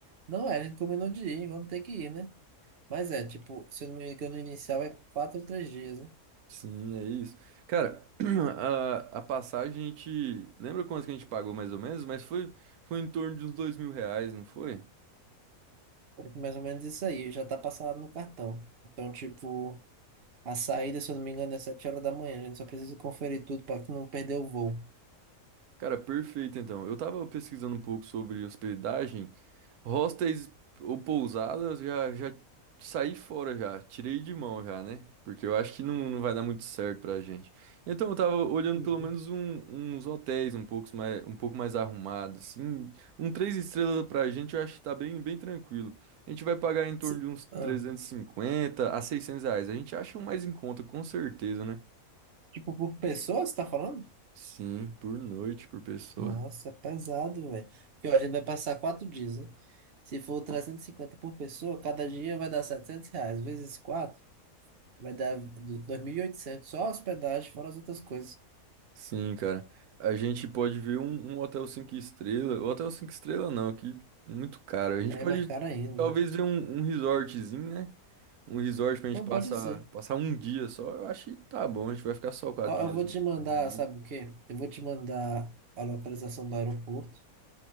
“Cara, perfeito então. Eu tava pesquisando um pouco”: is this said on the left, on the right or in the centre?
Right